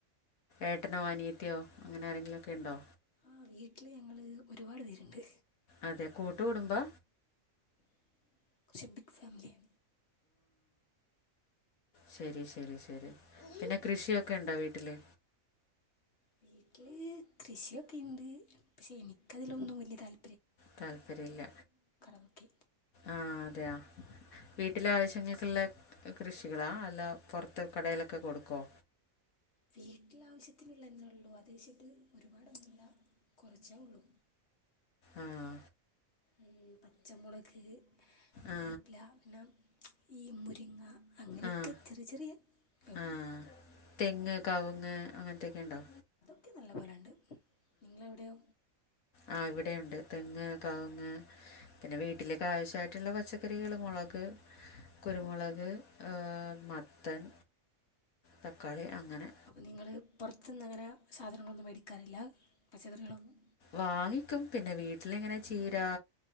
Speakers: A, on the left (about 85°); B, on the left (about 50°).
A: ഏട്ടനോ അനിയത്തിയോ അങ്ങനെ ആരെങ്കിലൊക്കെ ഉണ്ടോ
B: ആഹ് വീട്ടില് ഞങ്ങള് ഒരുപാട് പേര്ണ്ട്
A: അതെ കൂട്ടുകുടുംബാ
B: <unintelligible> ബിഗ് ഫാമിലിയാ
A: ശെരി ശെരി ശെരി പിന്നെ കൃഷിയൊക്കെ ഉണ്ടോ വീട്ടില്
B: വീട്ടില് കൃഷിയൊക്കെണ്ട് പക്ഷെ എനിക്കതിലൊന്നും വല്യ താൽ
A: താല്പര്യുല്ല
B: അതൊക്കെ
A: ആഹ് അതെയാ വീട്ടിലെ ആവശ്യങ്ങൾക്കെല്ലാ കൃഷികളാ അല്ല പൊറത്ത് കടയിലൊക്കെ കൊടുക്കോ?
B: വീട്ടില് ആവശ്യത്തിനുള്ളന്നെ ഒള്ളൂ അത് വെച്ചിട്ട് ഒരുപാടൊന്നുല്ല. കൊറച്ചേ ഒള്ളൂ.
A: ആഹ്.
B: ഉം പച്ചമുളക് കറിവേപ്പില
A: ആ
B: പിന്നെ ഈ മുരിങ്ങ അങ്ങനെയൊക്കെ
A: ആഹ്
B: ചെറിയ ചെറിയ ഇതേ ഉള്ളൂ
A: ആഹ് തെങ്ങ്, കവുങ്ങ് അങ്ങനത്തെക്കെ ഇണ്ടോ?
B: ക്കെ നല്ല പോലണ്ട്. നിങ്ങളെവിടെയോ
A: ആഹ് ഇവിടെയുണ്ട്. തെങ്ങ്, കവുങ്ങ് പിന്നെ വീട്ടിലേക്ക് ആവശ്യായിട്ട്ള്ള പച്ചക്കറികള് മൊളക് കുരുമുളക് ഏഹ് മത്തൻ തക്കാളി അങ്ങനെ
B: അപ്പം നിങ്ങള് പുറത്തുന്ന് അങ്ങനെ സാധനങ്ങളൊന്നും മേടിക്കാറില്ല പച്ചക്കറികളൊന്നും
A: വാങ്ങിക്കും പിന്നെ വീട്ടിലിങ്ങനെ ചീര